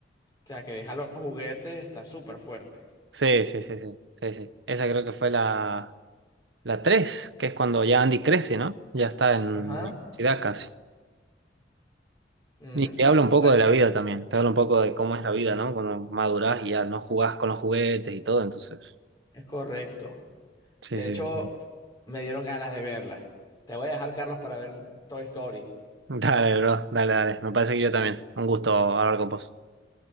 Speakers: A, on the left; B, on the right.
A: o sea, que deja los juguetes, está súper fuerte.
B: sí, sí, sí, sí, sí, sí. Esa creo que fue la, la tres, que es cuando ya Andy crece, ¿no? Ya está en
A: Ajá.
B: universidad casi.
A: ujú.
B: Y te habla un poco
A: Bueno,
B: de la vida también, te habla un poco de cómo es la vida, ¿no? Cuando madurás y ya no jugás con los juguetes y todo, entonces.
A: es correcto.
B: Sí,
A: De
B: sí,
A: hecho,
B: sí.
A: me dieron ganas de verla. Te voy a dejar, Carlos, para ver Toy Story.
B: Dale, bro, dale, dale. Me parece que yo también. Un gusto hablar con vos.